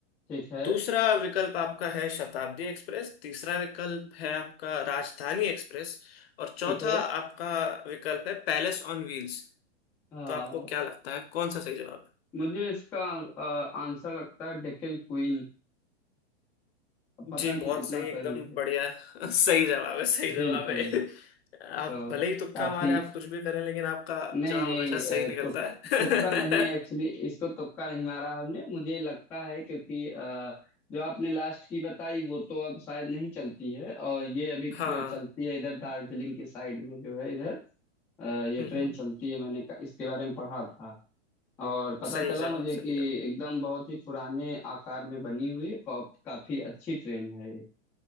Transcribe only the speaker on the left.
दूसरा विकल्प आपका है शताब्दी एक्सप्रेस तीसरा विकल्प है आपका राजधानी एक्सप्रेस और चौथा
आपका विकल्प है पैलेस ऑन व्हील्स
तो आपको क्या लगता है कौन सा सही जवाब है
जी
बहुत
सही एकदम
बढ़िया <laughs> सही जवाब है सही जवाब
है आप
भले ही तुक्का
मारे आप कुछ भी करें लेकिन आपका
जवाब
हमेशा
सही निकलता
है
<laughs>
हाँ
हम्म,
हम्म।
सही
जवाब
सही
जवाब